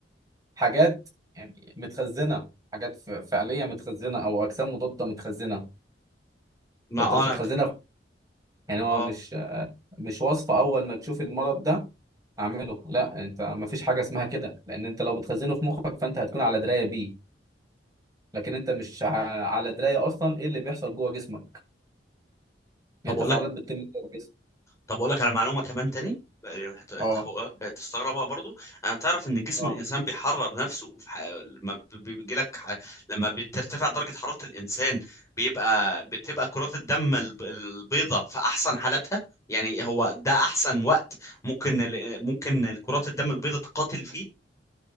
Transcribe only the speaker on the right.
حاجات يعني متخزنه حاجات ف- فعليه متخزنه او اجسام مضاده متخزنه
فانت
مش
هتخزنها
في- يعني هو
مش مش وصفه اول ما تشوف المرض ده اعمله لا انت ما فيش حاجه اسمها كده لان انت لو بتخزنه في مخك فانت هتكون على درايه بيه لكن انت مش ع- على درايه اصلا ايه اللي بيحصل جوه جسمك هي
تفاعلات
بتتم جوه الجسم
اه
اه